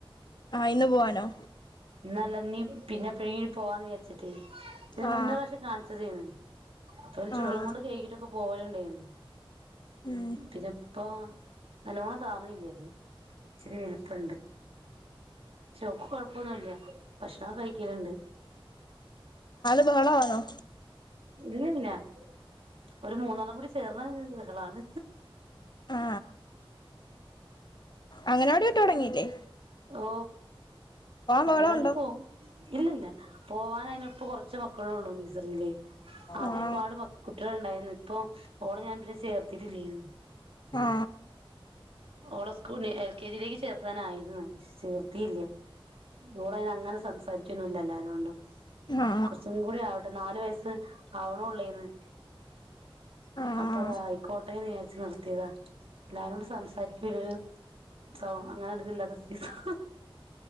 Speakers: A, on the left; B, on the right.
A: ആ ഇന്ന് പോവാനോ
B: ഇന്നല്ല നിപിന്നെ വീ പോവാന്ന് വിചരിച്ചിട്ട് ഇതി
A: ആ
B: മുന്ന ഒരുപ്രവിശ്വകാണിച്ചതേന് അപ്പൊ ഒരു ചുടുളം
A: ആ
B: കൊണ്ട് കഴകിട്ടൊക്കെ പോവലുണ്ടായിരുന്നു
A: ഉം
B: പിന്നെ ഇപ്പോ നല്ലോണം കാണല്ലേത് ഇച്ചിരി എളുപ്പുണ്ട് ഇച്ച് ഓൾക്ക്കൊഴ പ്പൊന്നൂല്ല ഭക്ഷണംഒക്കെ കഴിക്കലുണ്ട്
A: ബഹളം ആണോ
B: ഇലല്ലഒരു മൂന്നണ്ണം കൂടി ചേർന്ന ബഹളാണ്
A: ആ അംഗനാവാടി വിട്ട്തുടങ്ങിയില്ലേ
B: ഓ അംഗനവാടി
A: ബഹളം ഉണ്ടോ
B: പോവും ഇല്ലല്ല പോവാൻ ആനും ഇപ്പൊ കുറച്ച മക്കള ഉള്ളു നീസറിയില് ആദ്യ
A: ആ
B: ഒരുപാട് കുട്ടികൾ ഉണ്ടായിരുന്നു ഇപ്പൊ ഓള് ഞാൻ പിന്നെ ചേർത്തിട്ടില്ലേയിരുന്നു
A: ആ
B: ഓളോ സ്കൂൾ എൽ കെ ജിയിലേക്ക് ചേർത്താനായിരുന്നു ചീർത്തിയില്ല ഇൂടെന് അങ്ങനെ സംസാരിക്കൊന്നല്ല എല്ലാരും കൊണ്ടും
A: ആ
B: കുറച്ചും കൂടി ആവട്ടെ നാലു വയസ്സ് അവളോള്ളായിരിന്ന്
A: ആ
B: അപ്പൊ അതാ ആയിക്കോട്ടെന്ന് വി ച്ച് നിർത്തിയതാ എല്ലാരോടും സം സാരിക്കൂലേലും സൗ അങ്ങനെ അടുത്തില്ലാത്ത സൈസാ